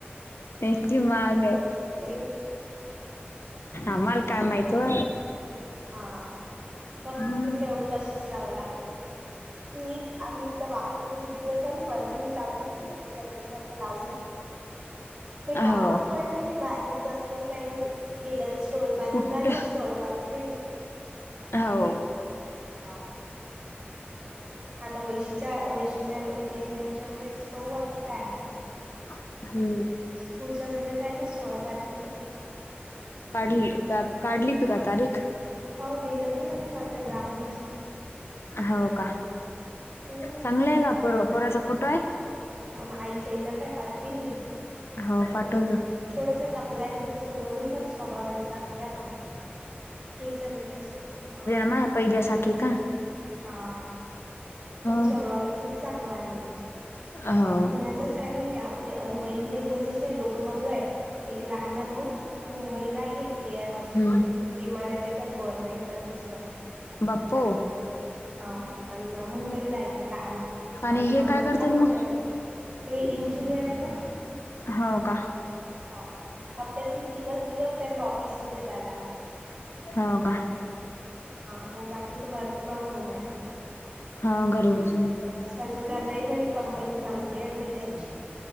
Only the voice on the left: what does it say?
नतकी महाग आहे.
आमल कायमयतो.
हम्म.
हो
कुठ
हो.
हम्म.
काढली काढली प का तारीख
हो का
चांगलय का पोर्व पोराचा फोटोय?
हो पाठवतो.
हा पहिल्या साखी का?
हो
हो
हम्म
बाप्पो
आणि
हे
काय
करतात
मग
होउ का?
हो का?
हव घरी बस